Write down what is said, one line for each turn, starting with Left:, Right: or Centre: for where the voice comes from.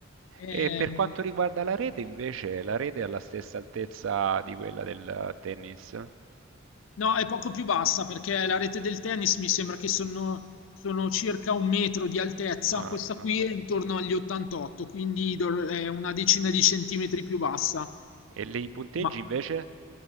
Left: Ehm,
Right: E per quanto riguarda la rete, invece, la rete è alla stessa altezza di quella del eh, tennis?
Left: No, è poco più bassa perché la rete del tennis mi sembra che sono, sono circa un metro di altezza,
Right: Ah,
Left: questa
Right: no.
Left: qui è intorno agli 88, quindi dov- è una decina di centimetri più bassa.
Right: E lì i punteggi
Left: Ma
Right: invece?